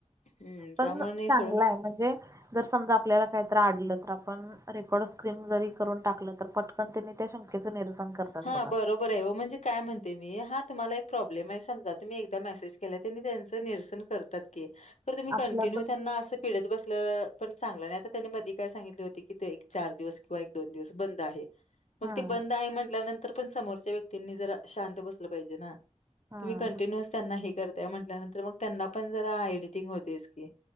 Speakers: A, on the left (about 75°); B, on the right (about 25°).
A: हं,
B: पण
A: त्यामुळे नाही
B: चांगलंय
A: सोडा.
B: म्हणजे. जर समजा आपल्याला काहीत आडलं तर आपण. रेकॉर्ड स्क्रीन जरी करून टाकलं तर पटकन त्यांनी त्या शंकेच निरसन. करतात
A: हा
B: बघा.
A: बरोबर. बरं आहे हो म्हणजे काय म्हणते मी हा तुम्हाला एक प्रॉब्लेम आहे समजा तुम्ही एकदा मेसेज केला त्यांनी त्यांचं निरसन करत. पण तुम्ही
B: आपल्याकड
A: कनटीनुव त्यांना असा. पिढत बसलं पण चांगलं नाही आता त्यांनी मधी काय सांगितले होती कि ते एक चार दिवस किंवा. दोन दिवस बंद आहे. मग
B: हां.
A: ते बंद आहे म्हटल्यानंतर पण समोरच्या व्यक्तींनी जरा शांत बसलं पाहिजे ना.
B: हां.
A: तुम्ही कंटिन्युअस त्यांना हे करताय म्हटल्यानंतर मग त्यांना पण जरा एडिटिंग होतेस की.